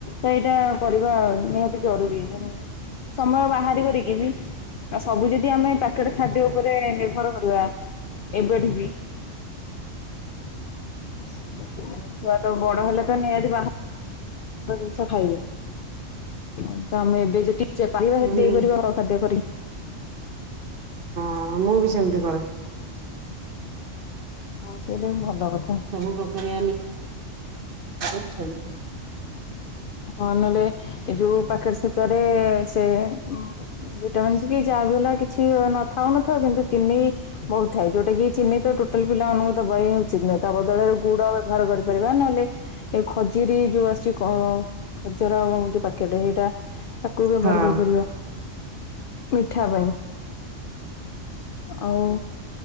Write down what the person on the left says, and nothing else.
ତ ଏଇଟା କରିବା ନିହାତି ଜରୁରୀ ମାନେ ସମୟ ବାହାର କରିକି ବି ଆଉ ସବୁ ଯଦି ଆମେ ପ୍ୟାକେଟ ଖାଦ୍ୟ ଉପରେ ନିର୍ଭର କରିବା ଏବେଠୁ ବି ଛୁଆ ତ ବଡ ହେଲେ ତ ନିହାତି ବାହ ଜିନିଷ ଖାଇବେ, ତ ଆମେ ଏବେ ଯେ ଟିଚେ କଲେ
ହେତିକି ଦେଇପାରିବା ଘର ଖାଦ୍ୟ କରିିକି।
ଆଉ ସେଇଟା ବି ଭଲ କଥା।
ହଁ ନହେଲେ ଏଇ ଯୋଉ ପାକେଟ ସତୁଆ ରେ ସେ ଉଁ ଭିଟାମିନସ୍ କି ଯାହାବି ହେଲା କିଛି ନଥାଉ ନଥାଉ କିନ୍ତୁ ଚିନି ବହୁଥାଏ, ଯଉଟା କି ଚିନି ତ ଟୋଟାଲ ପିଲା ମାନଙ୍କୁ ଦବା ହିଁ ଉଚିତ ନୁହେଁ ତା ବଦଳରେ ଗୁଡ ବ୍ୟବହାର କରିପାରିବା ନହେଲେ ଏ ଖଜୁରୀ ଯୋଉ ଆସିଚି ହଁ ଖଜରା ଯୋଉ ପାକେଟ ଏଇଟା ତାକୁ ବ୍ୟବହାର
କରିପାରିବା। ମିଠା ପାଇଁ ଆଉ